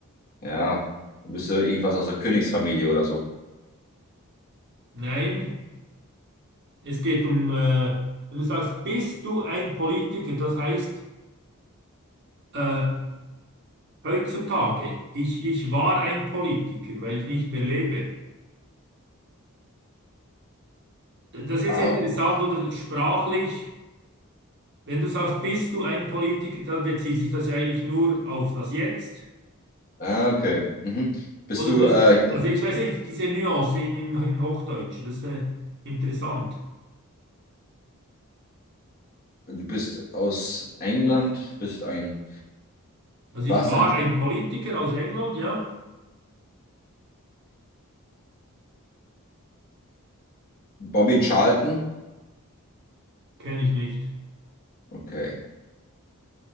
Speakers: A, on the left; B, on the right.
A: Ja, du bist ja irgendwas aus der Königsfamilie oder so.
B: Nein, es geht um, äh, wenn du sagst, bist du ein Politiker, das heißt, äh, heutzutage, ich, ich war ein Politiker, weil ich nicht mehr lebe. Das ist
A: Ah,
B: interessant oder sprachlich. Wenn du sagst, bist du ein Politiker, dann bezieht sich das ja eigentlich nur auf das Jetzt.
A: ah, okay. Mhm. Bist
B: Oder
A: du,
B: müsste,
A: äh, hier-
B: also ich weiß nicht, diese Nuance in, im, im Hochdeutschen, das ist äh, interessant.
A: du bist aus England, bist ein,
B: Also
A: warst
B: ich war
A: ein
B: ein Politiker aus England, ja,
A: Bobby Charlton?
B: kenne ich nicht.
A: Okay.